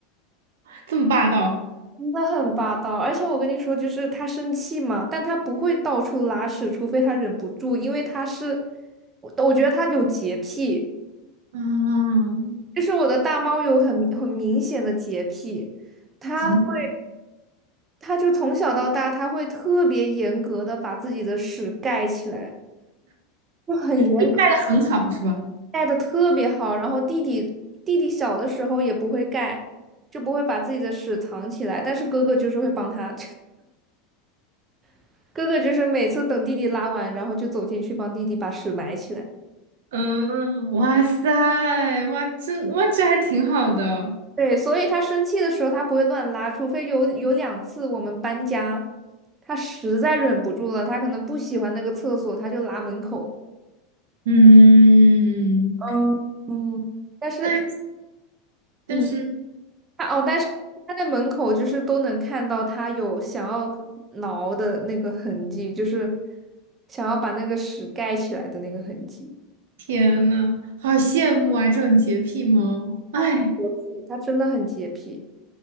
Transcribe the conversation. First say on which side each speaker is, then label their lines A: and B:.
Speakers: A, on the right; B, on the right.
A: 这么霸道。
B: 真的很霸道。而且我跟你说，就是他生气嘛，但他不会到处拉屎，除非他忍不住，因为他是，我我觉得他有洁癖。
A: 嗯，
B: 就是我的大猫有很很明显的洁癖，它会，
A: 怎么
B: 它就从小到大，它会特别严格的把自己的屎盖起来，就很严格，
A: 就带的很好是吧？
B: 盖的特别好。然后弟弟弟弟小的时候也不会盖，就不会把自己的屎藏起来，但是哥哥就是会帮他，<laughs> 哥哥就是每次等弟弟拉完，然后就走进去帮弟弟把屎埋起来。
A: 嗯，哇塞，哇，这哇这还挺好的，
B: 对，所以他生气的时候他不会乱拉，除非有有两次我们搬家，他实在忍不住了，他可能不喜欢那个厕所，他就拉门口。
A: 嗯
B: 嗯嗯但是
A: <laughs>，那
B: 嗯，
A: 但是
B: 他哦，但是他在门口就是都能看到他有想要挠的那个痕迹，就是想要把那个屎盖起来的那个痕迹。
A: 天呐，好羡慕啊，这种洁癖猫，哎，
B: 他很洁癖，他真的很洁癖。